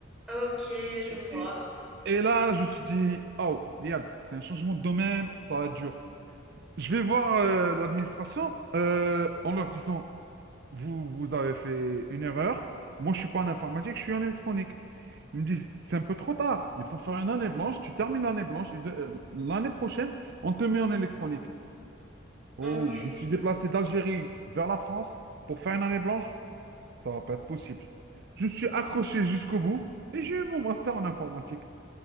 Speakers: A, in the centre; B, on the right.
A: ok, je vois.
B: Et et là, je me suis dit, oh, diable, c'est un changement de domaine, ça va être dur. Je vais voir euh, l'administration euh, en leur disant, vous, vous avez fait une erreur. Moi, je suis pas en informatique, je suis en électronique. Ils me disent, c'est un peu trop tard. Il faut faire une année blanche. Tu termines l'année blanche et de- euh, l'année prochaine, on te met en électronique. Oh,
A: Ok.
B: je me suis déplacé d'Algérie vers la France pour faire une année blanche. Ça va pas être possible. Je suis accroché jusqu'au bout et j'ai eu mon master en informatique.